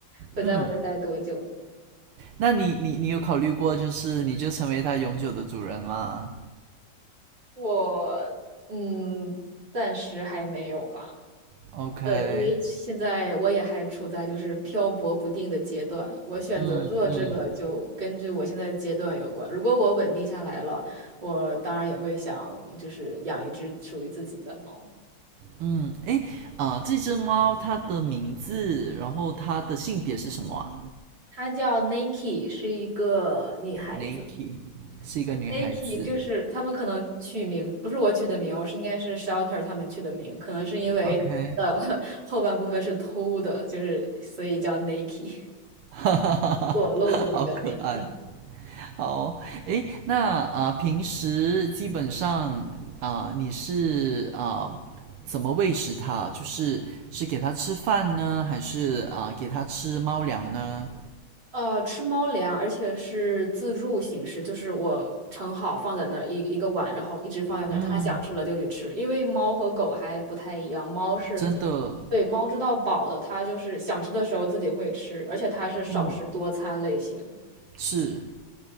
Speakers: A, on the right; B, on the right.
A: 会在我这待多久呢。
B: 嗯那你你你有考虑过，就是你就成为它永久的主人吗
A: 我嗯，暂时还没有吧。
B: ？OK，
A: 对，因为现在我也还处在就是漂泊不定的阶段，我选择做这个就根据我现在的阶段有关。
B: 嗯嗯
A: 如果我稳定下来了，我当然也会想就是养一只属于自己的猫，
B: 嗯，诶，啊、这只猫它的名字，然后它的性别是什么啊
A: 它叫 Nike，是一个女孩子。
B: ？Nike 是一个女孩子。
A: n i k e 就是他们可能取名不是我取的名，我是应该是 Shelter 他们取的名，可能是因为呃
B: OK，
A: <laughs> 后半部分是偷的，就是所以叫 Nike，
B: <laughs> 哈哈哈哈，
A: 裸露的那个
B: <laughs> 好可爱。
A: Nike。
B: 好，诶，那啊、平时基本上啊、你是啊、怎么喂食它？就是是给它吃饭呢，还是啊、给它吃猫粮呢？
A: 呃，吃猫粮，而且是自助形式，就是我盛好放在那儿一一个碗，然后一直放在那儿，
B: 嗯
A: 它想吃了就去吃。因为猫和狗还不太一样，猫是，
B: 真的
A: 对，猫知道饱的，它就是想吃的时候自己会吃，而且它是少食多餐类型，
B: 嗯是，